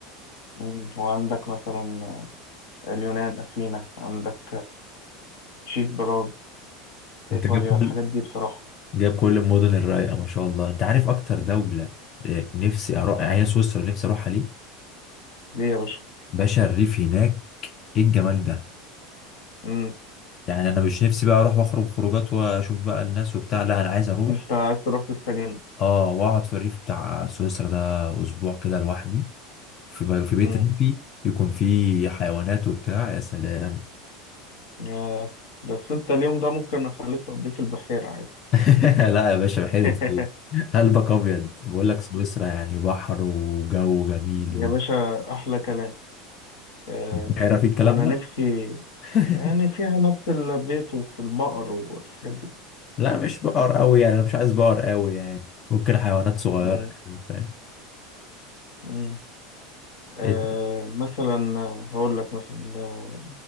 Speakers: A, on the left (about 55°); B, on the left (about 25°).
A: مم. وعندك مثلا اليونان أثينا عندك تشيك براغ
B: أنت
A: إيطاليا
B: جايب كل
A: الحاجات دي بصراحة
B: جايب كل المدن الرايقة ما شاء الله أنت عارف أكتر دولة آه، نفسي أروح يعني هي سويسرا نفسي أروحها ليه؟
A: ليه يا باشا
B: باشا الريف هناك إيه الجمال ده؟
A: مم.
B: يعني أنا مش نفسي بقى أروح وأخرج خروجات وأشوف بقى الناس وبتاع لا أنا عايز أروح
A: أنت عايز تروح تستجم
B: أه وأقعد في الريف بتاع سويسرا ده أسبوع كده لوحدي في في بيت
A: مم.
B: ريفي يكون فيه حيوانات وبتاع يا سلام
A: ياه. بس أنت اليوم ده ممكن أخليك تقضيه في البحيرة عادي
B: <laughs> لا يا باشا بحيرة
A: <laughs>
B: ايه قلبك ابيض بقول لك سويسرا يعني بحر وجو جميل
A: يا باشا أحلى كلام آه،
B: وبحيرة <laughs> في الكلام
A: انا
B: ده
A: نفسي
B: <laughs>
A: يعني فيها نفس البيت وفي البقر والحاجات دي
B: لا مش بقر قوي يعني انا مش عايز بقر قوي يعني ممكن حيوانات صغيرة
A: مم.
B: كده فاهم
A: مم. آه،
B: إنت-
A: مثلا هقول لك مثلا آه،